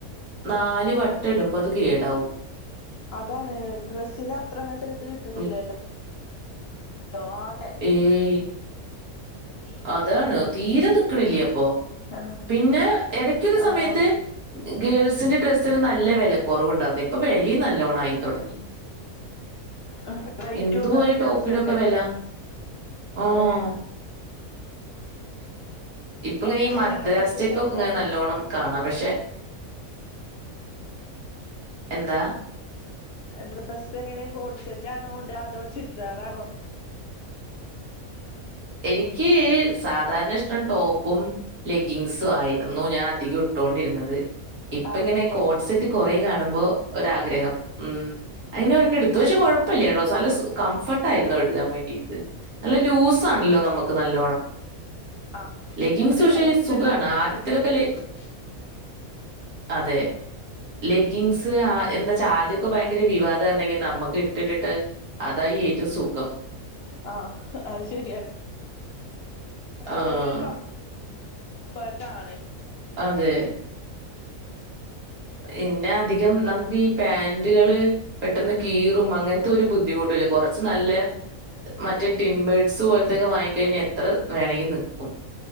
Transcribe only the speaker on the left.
അതാണ് ഡ്രസ്സിന് അത്രങ്ങട്ട് ഇത് കിട്ടണില്ലല്ലോ
ട്ടോ ആട്ട്
ഉ <unintelligible>
ആഹ്
ആഹ്
ഉം
ഉം റേറ്റും
ഉണ്ട് അത്യാവശ്യൊക്കെ
അതെ
എങ്ങനെ
മറ്റേ
സെറ്റാടെ
ഡ്രസ്സെങ്ങനെ ഹോഡ്സെറ്റാണോ ടാ അതോ ചുരിദാറാണോ
അതെ
ആഹ്
ആഹ്
ആഹ്
നമുക്ക്
ലൂസില്ല
ഡ്രസ്സ്
ഇട്ടാലേ
സുഖം
ആഹ് അത് ശരിയാണ് അതൊരു
കം ഫേർട്ടാണ്